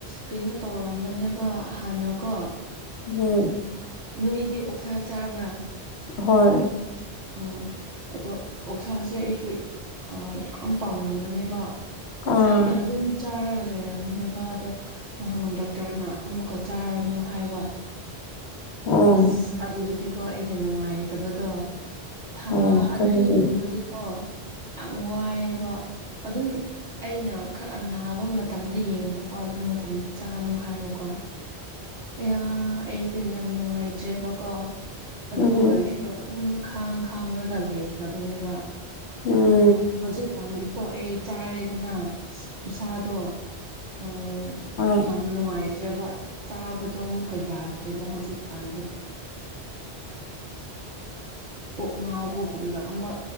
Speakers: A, on the right; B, on the left.
A: ꯀꯩꯅꯣ ꯇꯧꯔꯝꯕꯅꯦꯕ ꯍꯥꯟꯅꯀꯣ
B: ꯎꯝ
A: ꯅꯣꯏꯗꯤ ꯑꯣꯛꯁꯥ ꯆꯥꯕ꯭ꯔꯥ
B: ꯍꯣꯏ
A: ꯑꯣ ꯑꯗꯣ ꯑꯣꯛꯁꯥꯁꯦ ꯑꯩꯁꯨ ꯌꯥꯝ ꯄꯥꯝꯃꯝꯕꯅꯦꯕ
B: ꯑꯥ
A: ꯐꯖꯅ ꯑꯗꯨꯝ ꯆꯥꯔꯒ ꯂꯩꯔꯝꯝꯕꯅꯦꯕ ꯑꯗꯣ ꯗꯣꯛꯇꯔꯅ ꯑꯃꯨꯛꯀ ꯆꯥꯔꯅꯨ ꯍꯥꯏꯕ
B: ꯑꯣ
A: ꯑꯁ ꯑꯗꯨꯗꯨꯗꯤꯀꯣ ꯑꯩꯅ ꯅꯨꯡꯉꯥꯏꯇꯕꯗꯣ ꯊꯥ
B: ꯑꯣ
A: ꯑꯅꯤꯒꯨꯝꯕꯗꯤꯀꯣ
B: ꯀꯔꯤ
A: ꯌꯥꯝ ꯋꯥꯏꯑꯦꯕ ꯑꯗꯨꯝ ꯑꯩꯅ ꯈꯔ ꯅꯥꯕ ꯃꯇꯝꯗ ꯌꯦꯡꯕꯀꯣ ꯑꯗꯨꯝ ꯃꯇꯝꯗ ꯆꯥꯅꯨ ꯍꯥꯏꯕꯀꯣ ꯑ ꯑꯩꯁꯦꯗꯤ ꯌꯥꯝ ꯅꯨꯡꯉꯥꯏꯇ꯭ꯔꯦꯕꯀꯣ ꯑꯗꯨ
B: ꯎꯝ
A: ꯑꯣꯏꯔꯁꯤ ꯑꯗꯣ ꯑꯗꯨꯝ ꯈꯥꯡ ꯈꯥꯡꯉꯒ ꯂꯩꯈ꯭ꯔꯕꯅꯦꯕ
B: ꯎꯝ
A: ꯑꯗꯣ ꯍꯧꯖꯤꯛꯀꯥꯟꯗꯤꯀꯣ ꯑꯩ ꯆꯥꯔꯦꯗꯅ ꯏꯁꯥꯗꯣ ꯑꯣ
B: ꯑꯣ
A: ꯌꯥꯝ ꯅꯨꯡꯉꯥꯏꯇ꯭ꯔꯦꯕ ꯆꯥꯕꯗꯣ ꯑꯃꯨꯛꯀ ꯌꯥꯗ꯭ꯔꯦ ꯑꯗꯨꯒꯕ ꯍꯧꯖꯤꯛ ꯀꯥꯟꯗꯤ
B: <inaudible>
A: ꯀꯣꯛ ꯉꯥꯎꯕꯒꯨꯝꯅ ꯑꯃ